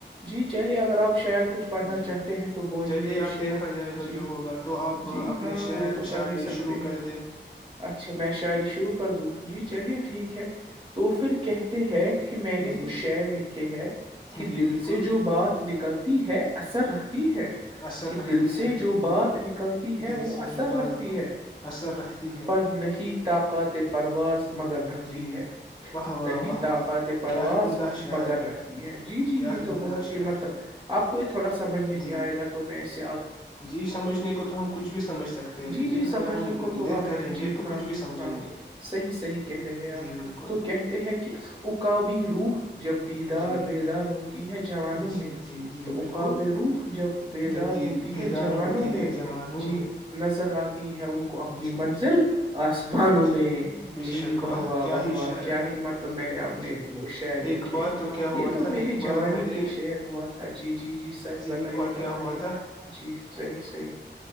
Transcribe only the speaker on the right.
جی چلیے اگر آپ شہر کچھ پڑھنا
چاہتے ہیں تو بولیے
تو
شہر
جی
جی
ہاں
وہ تو کر
ہی سکتے
ہیں
اچھا میں شاعری شروع کر دوں جی چلیے ٹھیک ہے تو پھر کہتے ہیں کہ میں نے
کچھ شعر لکھے ہے کہ
دل
سے جو بات نکلتی ہے اثر رکھتی ہے
کہ
دل سے
جو بات نکلتی ہے
وہ
اثر
رکھتی ہے
پر نہیں طاقت پرواز مگر رکھتی
ہے
نہیں
طاقت
پرواز
مگر رکھتی ہے جی
یہ
تو
بہت ہی
مطلب
آپ کو یہ تھوڑا سمجھ نہیں
آئے گا تو میںیں ایسے
جی جی سمجھنے
کو تو
آپ
جی
ہاں
ہاں
صحیح صحیح کہہ رہے ہیں
آپ
تو کہتے ہیں کہ اکابی روح جب بیدار
بیدار ہو ہو ہے جوانوں
میں
تو
اقاب روح جب بیدار
ہوتی
ہے جوانوں
میں
جی
ر آ تی ہے ان کو اپنی
منزل آسمانوں
میں
جی
واہ واہ
واہ
واہ
کیا
ہی مطلب میں نے اپنے
وہ شعر
لکھے
یہ تو
میری
جوانی
کے شر ہوا تھا جی جی جی سر بتائیے
بتائیے
جی صحیح صحیح